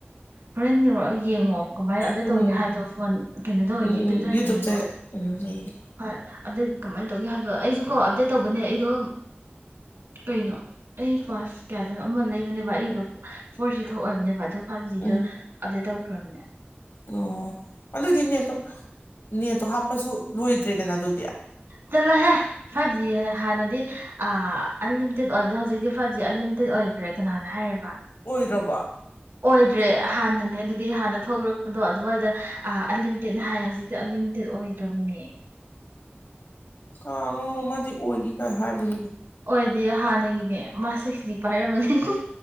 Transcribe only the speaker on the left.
ꯎꯝ
ꯎꯝ ꯎꯝ
ꯌꯨꯇꯨꯕꯇ
ꯎꯝ ꯌꯦꯡꯒꯦ
ꯎꯝ
ꯑꯣ ꯑꯗꯨꯗꯤ ꯅꯦꯠꯇꯣ ꯅꯦꯠꯇꯣ ꯍꯥꯞꯄꯁꯨ ꯍꯨꯣꯏꯗ꯭ꯔꯦ ꯅ ꯑꯗꯨꯗꯌꯥ
ꯑꯣꯏꯗꯔꯕ
ꯀꯥꯅꯣ ꯑꯃꯗꯤ ꯑꯣꯏꯔꯤ ꯀꯥꯏ ꯍꯥꯏꯕꯅꯤꯅꯦ